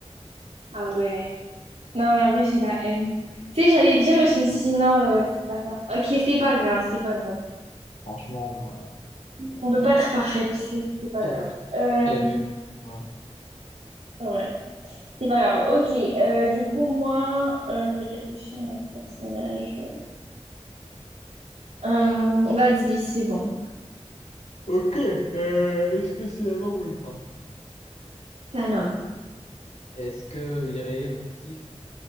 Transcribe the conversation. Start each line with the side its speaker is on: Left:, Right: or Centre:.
Right: Ah ouais. Non, mais en vrai, j'ai la haine. Tu sais, j'allais dire, mais je me suis
Left: Bon,
Right: dit, non,
Left: ouais,
Right: euh, c'est pas ça. Ok, c'est pas grave, c'est pas grave.
Left: franchement, euh,
Right: On peut pas être parfaite, tu sais. C'est pas
Left: très,
Right: grave.
Left: très,
Right: Euh,
Left: très nul. Ouais.
Right: ouais, c'est pas grave. Ok, euh, du coup, moi, euh, je vais réfléchir à mon personnage. Euh, vas-y, c'est bon.
Left: Ok, euh, est-ce que c'est un homme ou une femme?
Right: C'est un homme.
Left: Est-ce que il est réel ou fictif?